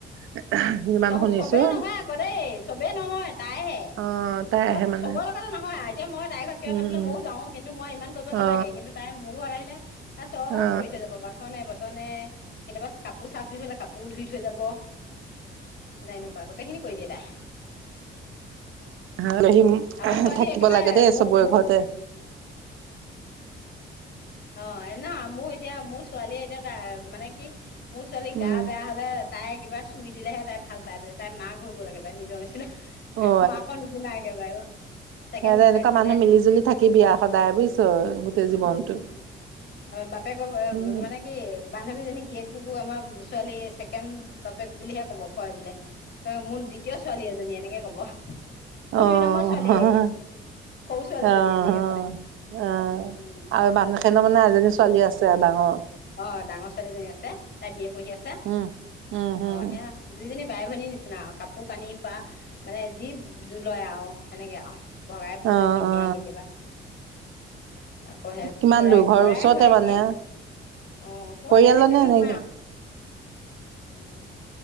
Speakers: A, on the right (about 80°); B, on the left (about 60°).
A: <unintelligible> যিমান
B: ত
A: শুনিছো
B: চবেই নহয় আকৌ দেই চবেই নহয় তাইহে
A: অ তাই
B: চব
A: আহে মানে
B: চবৰ লগতে নহয় এতিয়া মই তাইৰ ঘৰত কিবা
A: উম
B: পাতিলে
A: উম
B: ময়ো যাওঁ কিন্তু মই ইমান কৰিব নালাগে
A: অ
B: কিন্তু তাই মোৰ ঘৰত আহি পে আৰু চব
A: অ
B: কৰি থৈ যাব বাচনে বৰ্তনে কেতিয়াবা কাপোৰ চাফ দি থলে কাপোৰো ধুই থৈ যাব মানে এনেকুৱা গোটেইখিনি কৰি দিয়ে তাই
A: আলহি ম
B: আমাৰ ছোৱালী
A: থাকিব
B: একেবাৰে
A: লাগে দেই
B: মোক
A: চবৰে
B: মোক
A: ঘৰতে
B: অ নহ মোৰ এতিয়া মোৰ ছোৱালীয়ে এতিয়া মানে কি মোৰ ছোৱালী
A: উম
B: গা বেয়া হলে তাই কিবা চুই দিলে তাই ভাল পায় বোলে তাই মাক হৈ গ'ল একেবাৰে নিজ নিচিনা
A: অ
B: মাকৰ নিচিনা একেবাৰে অ ছেকেণ্ড
A: আই
B: বাপেক
A: এনেকুৱা মানুহ
B: বোলে
A: মিলি জুলি থাকিবি আও সদায় বুজিছ গোটেই জীৱনটো
B: আ বাপেকগল
A: উম
B: মানে কি বান্ধৱীজনী গীয়েকটোকো আমাৰ ছোৱালী ছেকেণ্ড বাপেক বুলিহে কব কয় বোলে। মোৰ দ্বিতীয় ছোৱালী এজনী এনেকে কব মোৰ
A: অহ-অহ-অহ
B: দুই নম্বৰ ছোৱালীয়ে সৰু ছোৱালীজনী এনেকে কয় উম
A: আৰু মানুজ সিহঁতৰ মানে এজনী ছোৱালী আছে আৰু ডাঙৰ
B: অ ডাঙৰ ছোৱালীজনী আছে। তাই বিএ পঢ়ি আছে
A: উম উম-হুম।
B: অ সেয়া দুইজনী বাই ভনীৰ নিচিনা আও কাপোৰ কানি পা। মানে যি জো লৈ আও। সেনেকাঁ আৰু। বগাই পকৰি
A: অ-অ-অ
B: পিন্ধে কেতিয়াবা। আকৌ সে
A: কিমান
B: খুৰাই-খুৰাই
A: দূৰ ঘৰৰ ওচৰতে
B: ঘৰে এনে।
A: মানে।
B: অ, সেইটো
A: পৰিয়ালৰ
B: ওচৰতে বেছি
A: নে
B: দূৰ
A: এনেকে
B: নহয় আৰ উম,